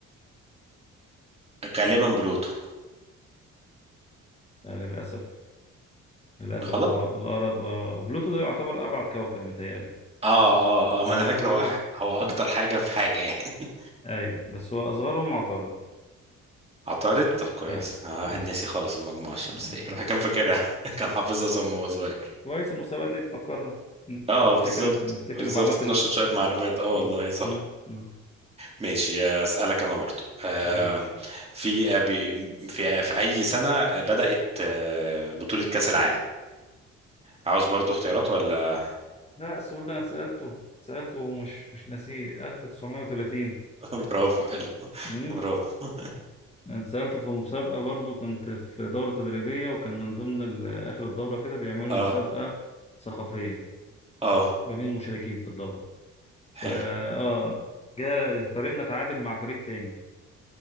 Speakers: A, on the right; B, on the left.
A: غالبا بلوتو
B: آه للأسف للأسف
A: غلط.
B: هو الأقرب آه بلوتو ده يعتبر أبعد كوكب متهيألي
A: اه اه اه
B: أبعد
A: ما انا فاكر
B: كوكب
A: هو ح- هو
B: مم.
A: اكتر حاجه في حاجه يعني
B: أيوه بس هو أصغرهم عطارد
A: <laughs> عطارد طب كويس
B: آه.
A: آه، واحد
B: آه.
A: ناسي خالص المجموعه الشمسيه
B: آه.
A: الواحد كان فاكرها <laughs> كان حافظها صم وهو صغير
B: كويس المسابقة دي تفكرنا
A: اه
B: نفتكر
A: بالظبط
B: نفتكر
A: بالظبط
B: المعلومات
A: اتنشط شويه معلومات اه والله
B: بز...
A: صح
B: مم. مم.
A: ماشي آه، اسالك انا برضو آه،
B: ماشي
A: في آه، بي- في في اي سنه آه، بدات آه، بطوله كاس العالم عاوز برضو اختيارات ولا
B: لا السؤال ده انا سألته سألته ومش مش ناسيه 1930
A: <laughs> برافو حلو
B: امم
A: برافو
B: انا سألته في مسابقة برضو كنت في دورة تدريبية وكان من ضمن ال- آخر الدورة كده بيعملوا
A: اه
B: مسابقة ثقافية
A: اه
B: ما بين المشاركين في الدورة
A: حلو
B: فا اه جاء فريقنا تعادل مع فريق تاني